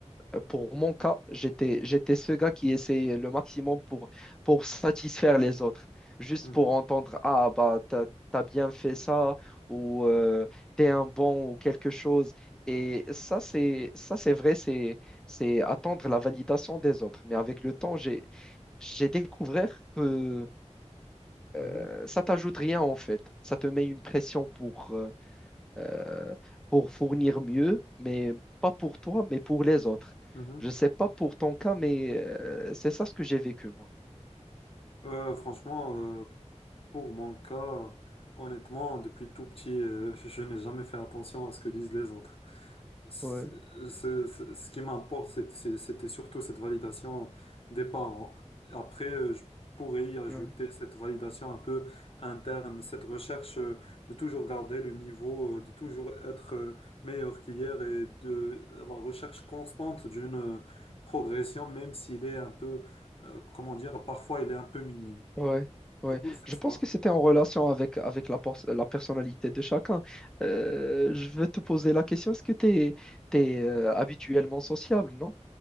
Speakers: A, in the centre; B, on the left.
A: euh, Pour mon cas, j'étais, j'étais ce gars qui essayait le maximum pour, pour satisfaire les autres, juste
B: mhm,
A: pour entendre, ah, bah, t'as, t'as bien fait ça, ou euh, t'es un bon, ou quelque chose. Et ça, c'est, ça, c'est vrai, c'est, c'est attendre la validation des autres. Mais avec le temps, j'ai, j'ai découvert que euh,
B: mhm,
A: ça t'ajoute rien, en fait. Ça te met une pression pour, euh, euh, pour fournir mieux, mais pas pour toi, mais pour les autres.
B: mhm.
A: Je sais pas pour ton cas, mais euh, c'est ça ce que j'ai vécu, moi.
B: Euh, franchement, euh, Pour mon cas, honnêtement, depuis tout petit, euh, je je n'ai jamais fait attention à ce que disent les autres. Ce,
A: Ouais,
B: ce- ce- ce qui m'importe, c'est- c'est- c'était surtout cette validation des parents. Après, euh, je pourrais y ajouter
A: ouais,
B: cette validation un peu interne, cette recherche euh, de toujours garder le niveau, euh, de toujours être euh, meilleur qu'hier et de la recherche constante d'une euh, progression, même s'il est un peu, euh, comment dire, parfois il est un peu minime.
A: ouais, ouais.
B: Du coup, c'est
A: Je
B: ça.
A: pense que c'était en relation avec, avec la, pers- la personnalité de chacun. Euh, je veux te poser la question, est-ce que tu es, habituellement sociable, non?